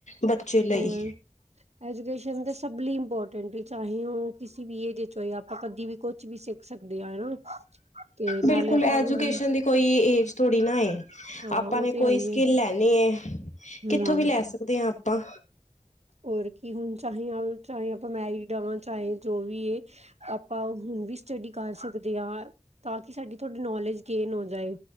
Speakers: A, on the left; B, on the right.
A: ਬੱਚੇ ਲਈ।
B: ਹੋਰ ਐਜੂਕੇਸ਼ਨ ਦੇ ਸਭ ਲਈ ਇੰਪੋਰਟੈਂਟ ਚਾਹੇ ਉਹ ਕਿਸੇ ਵੀ ਏਜ 'ਚ ਹੋਏ ਆਪਾਂ ਕਦੀ ਵੀ। ਕੁਛ ਵੀ ਸਿੱਖ ਸਕਦੇ ਹਾਂ ਹਨਾ ਤੇ
A: ਬਿਲਕੁਲ
B: ਨਾਲੇ ਆਪਾਂ
A: ਐਜੂਕੇਸ਼ਨ
B: ਹੁਣ।
A: ਦੀ ਕੋਈ ਏਜ ਥੋੜੀ ਨਾ ਏ
B: ਹਾਂ
A: ਆਪਾਂ
B: ਉਹ
A: ਨੇ
B: ਤੇ
A: ਕੋਈ
B: ਹੈ ਹੀ
A: ਸਕਿੱਲ
B: ਹੈ
A: ਲੈਣੇ ਕਿੱਥੋਂ
B: ਹਮ
A: ਵੀ ਲੈ। ਸਕਦੇ ਹਾਂ ਆਪਾਂ।
B: ਹੋਰ ਕੀ ਹੁਣ ਚਾਹੇ ਚਾਹੇ ਆਪਾਂ ਮੈਰਿਡ ਆਂ ਚਾਹੇ ਜੋਂ ਵੀ ਏ। ਆਪਾਂ ਹੁਣ ਵੀ ਸਟੱਡੀ ਕਰ ਸਕਦੇ ਹਾਂ। ਤਾਂ ਕਿ ਸਾਡੀ ਤੁਹਾਡੀ ਨੌਲੇਜ ਗੇਨ ਹੋ ਜਾਏ